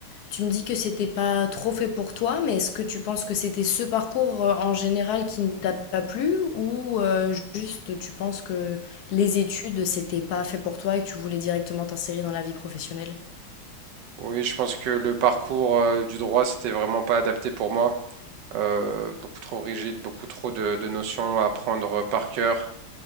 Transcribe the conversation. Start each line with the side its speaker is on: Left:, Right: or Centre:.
Left: Tu me dis que c'était pas trop fait pour toi, mais est-ce que tu penses que c'était ce parcours euh, en général qui ne t'a pas plu, ou euh, juste tu penses que les études, c'était pas fait pour toi et que tu voulais directement t'insérer dans la vie professionnelle?
Right: Oui, je pense que le parcours euh, du droit, c'était vraiment pas adapté pour moi. Euh, beaucoup trop rigide, beaucoup trop de, de notions à apprendre par cœur.